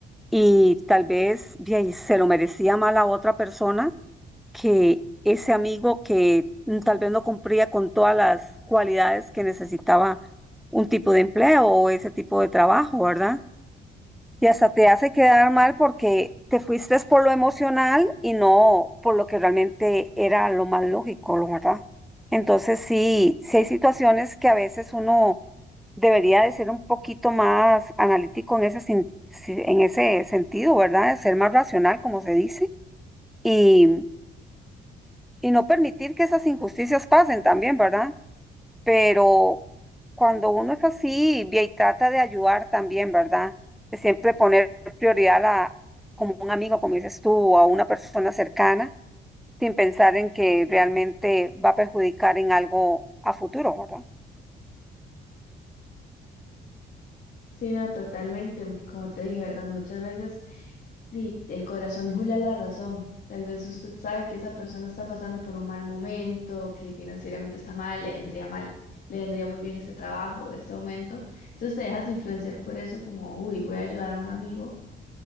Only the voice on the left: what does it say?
Sí, no, totalmente. Como te dije, ¿verdad? Muchas veces di, el corazón jula la razón. Tal vez usted sabe que esa persona está pasando por un mal momento, que financieramente está mal, le vendría mal, le vendría muy bien este trabajo, este aumento. Entonces te dejas influenciar por eso como, uy, voy a ayudar a un amigo